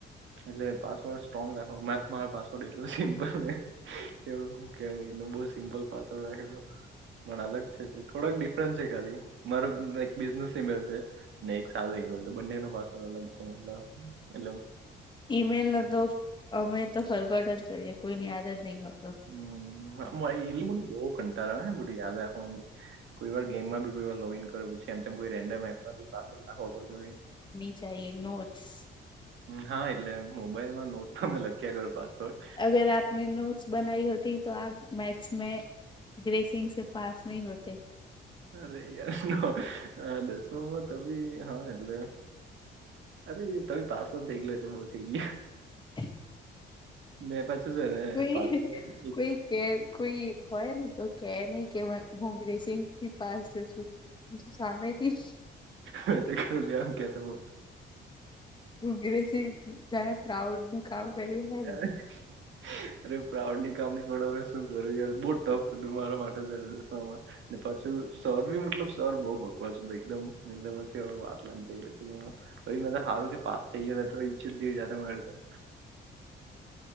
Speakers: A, on the right (about 70°); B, on the left (about 25°).
A: એટલે પાસવર્ડ સ્ટ્રોંગ રાખો મા તમારો પાસવર્ડ એટલો સિમ્પલ ને. કે હવે હું કેવું બોહ સિમ્પલ પાસવર્ડ રાખેલો. પણ અલગ છે એટલે થોડાક ડિફરન્સ છે ખાલી મારે એક બિઝને સિમલર છે. સારુ એકમેલ તો બંને નો પાસવર્ડ અલગ છે મતલબ એટલે હું.
B: ઈમેલ ન તો અમે તો ફોરવર્ડ જ કરીએ કોઈની આદત નહી હોતી.
A: હમ્મ. <unintelligible> કંટાડો આવે હે બધું યાદ રાખવાનુ કોઈ વાર ગેમમાં બી કોઈ વાર લોગીન કરેલું છે. જેમ ચેમ કોઈ રેન્ડમ એપ માંથી પાસવર્ડ નાખવો પડતો હોય.
B: ચાઇએ નોટ્સ.
A: હા એટલે મોબાઈલમાં નોટ તમે લખ્યા કરુ પાસવર્ડ.
B: અગર આપને નો નોટ્સ બનાઈ હોતી તો આપ મેચ મે ગ્રેસિંગ પાસ નહી હોતે.
A: અરે યાર આ દસમમાં ત બી હા એટલે. અરે તો બી પાસ તો થઈ ગયેલો એટલે બહુ થઈ ગયો.
B: <inaudible>
A: મેં પાછું છે ને
B: કોઈ
A: પાછળથી.
B: કોઈ કે કોઈ હોય ને તો કે નહી કે હું ગ્રેસીંગ થી પાસ છું. સામેથી જ.
A: મે તો કે લ લેમ કેતો હ.
B: ઉગ્રેસી જયારે પ્રાઉડનુ. કામ કર્યુ.
A: હ.
B: <inaudible>
A: અરે પ્રાઉડ ની કામની પણ હવે શું કર્યું યાર બહુ ટફ હતું મારા માટે ધરેલું સમાન. ને પાછું સર બી મતલબ સર બહુ બકવાસ એકદમ એટલે પછી વાટ લાગી ગઈ. તઈ મે તો હારું કે પાસ થઈ ગીયો નઈ તો ઈજ્જત જેવી જા મારી તો.